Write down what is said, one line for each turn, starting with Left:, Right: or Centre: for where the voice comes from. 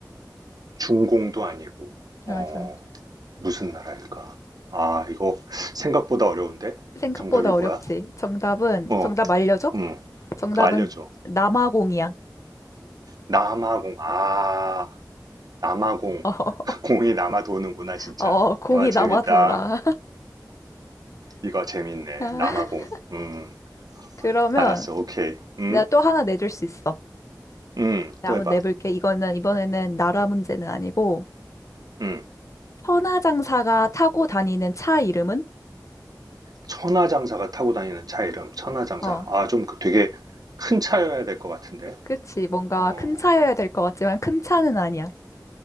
Right: 중공도 아니고 어,
Left: 맞아.
Right: 무슨 나라일까? 아, 이거 생각보다 어려운데?
Left: 생각보다
Right: 정답이 뭐야?
Left: 어렵지. 정답은,
Right: 어,
Left: 정답 알려줘?
Right: 음,
Left: 정답은
Right: 알려줘.
Left: 남아공이야.
Right: 남아공. 아, 남아공.
Left: <laughs>
Right: <laughs> 공이 남아 도는구나, 진짜.
Left: 어, 어, 공이
Right: 와, 재밌다.
Left: 남아돌아.
Right: 이거 재밌네.
Left: <laughs>
Right: 남아공. 음,
Left: 그러면
Right: 알았어. 오케이. 음,
Left: 내가 또 하나 내줄 수 있어.
Right: 음,
Left: 내가
Right: 또
Left: 한번
Right: 해봐.
Left: 내볼게. 이거는 이번에는 나라 문제는 아니고
Right: 음,
Left: 천하장사가 타고 다니는 차 이름은?
Right: 천하장사가 타고 다니는 차 이름. 천하장사.
Left: 어,
Right: 아, 좀그 되게 큰 차여야 될 것 같은데.
Left: 그치. 뭔가
Right: 어,
Left: 큰 차여야 될 것 같지만 큰 차는 아니야.